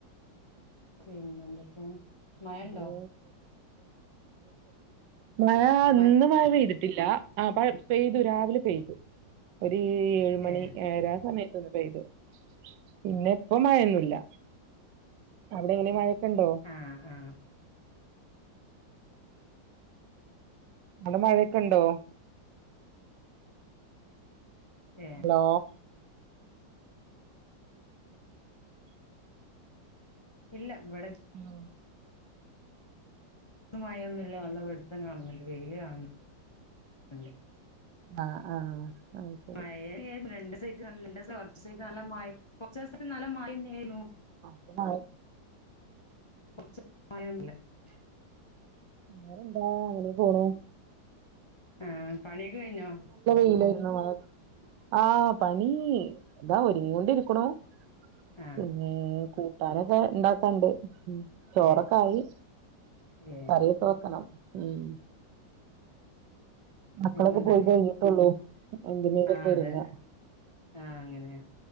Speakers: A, on the left (about 50°); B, on the right (about 75°).
A: പിന്നെ എന്തൊക്കെയാണ്. മഴ
B: പിന്നെ
A: ഉണ്ടോ?
B: മഴ
A: മ
B: ഇന്ന് മഴ പെയ്തു. ഇല്ല ആ പെയ്തു രാവിലെ പെയ്തു. ഒരു ഏഴ് മണി
A: ഏ
B: ഏഴരാ സമയത്ത്. പെയ്തു. പിന്നെ ഇപ്പൊ മഴയൊന്നുമില്ല. അവിടെ എങ്ങനെ? മഴയൊക്കെ ഉണ്ടോ?
A: ആ ആ
B: അവിടെ മഴയൊക്കെ ഇണ്ടോ?
A: ഏ
B: ഹലോ
A: ഇല്ല ഇവിടെയില്ല.
B: ഹലോ
A: ഇവിടെ മഴയൊന്നും ഇല്ല. നല്ല വെളിച്ചം കാണുന്നുണ്ട്. വെയില് കാണുന്നുണ്ട്.
B: ആ ആ ആ
A: മഴയായിരുന്നു
B: <inaudible>
A: <inaudible> കുറച്ച് ദിവസമായി നല്ല മഴ തന്നെയായിരുന്നു.
B: ആ
A: <inaudible>
B: വേറെ എന്താ? അങ്ങനെ പോണു
A: ആ പണിയൊക്കെ കഴിഞ്ഞോ?
B: <inaudible> ആ പണി ദാ ഒരുങ്ങിക്കൊണ്ടിരിക്കുന്നു.
A: ആ
B: പിന്നേ കൂട്ടാനൊക്കെ ഇണ്ടാക്കാനുണ്ട്. ചോറൊക്കെ
A: ഏ
B: ആയി.
A: ഏ
B: കറിയൊക്കെ വെക്കണം ഉം മക്കളൊക്കെ
A: പിന്നെന്തൊക്കെ
B: പോയി കഴിഞ്ഞിട്ടുള്ളൂ എന്തിനേലൊക്കെ
A: ആ
B: ഒരുങ്ങ
A: അതെ. ആ അങ്ങനെയ